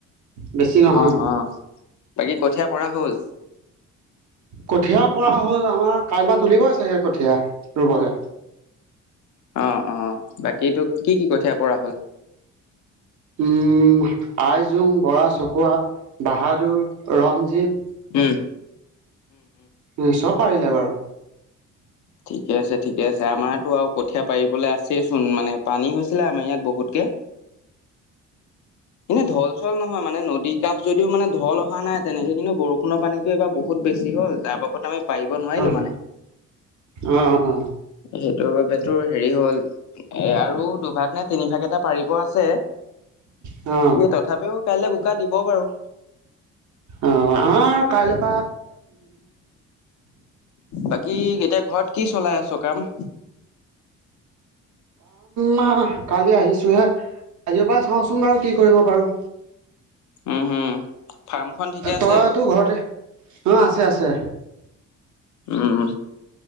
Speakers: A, on the right; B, on the left.
A: বেছি নহয়
B: অহ অহ বাকী কঠীয়া পৰা হ'ল।
A: কঠিয়াৰ পৰা হ'ল আমাৰ কাইলবা তুলিবই চাগে কঠীয়া ৰুবলৈ।
B: অ অ বাকীটো কি কি কঠীয়া পৰা হ'ল।
A: উ আই জং, বৰা চকুৱা বাহাগ। টো ৰঞ্জিত।
B: উম
A: উম চব পাৰিলে বাৰু।
B: ঠিকে আছে ঠিকে আছে আমাৰতো আৰু কঠীয়াা পাৰিবলৈ আছেইচোন মানে পানী হৈছিলে আমাৰ ইয়াত বহুতকে। কে। এনে ঢল চল নহয় মানে নদী কাষ যদিও মানে ঢল অহা নাই তেনেকে কিন্তু বৰষুণৰ পানীতো এইবাৰ বহুত বেছি হ'ল তাৰ বাবদ আমি পাৰিব নোৱাৰিলো
A: অ
B: মানে
A: অ অ
B: সেইটোৰ বাবে তোৰ হেৰি হ'ল এ আৰু দুভাগ নে তিনি ভাগ এটা পাৰিব আছে।
A: অ
B: এ তথাপিও কাইলে বোকা দিব বাৰু।
A: অ আমাৰ কাইলৈ
B: বাকী এতিয়া ঘৰত কি চলাই আছ সকাম
A: মা কালি আহিছোহে আজিৰ পৰা চাওঁচোন বাৰু কি কৰিব পাৰো
B: উম হম ফাৰ্মখন ঠিকে আছে
A: তই তো ঘৰতে অ আছে আছে
B: উম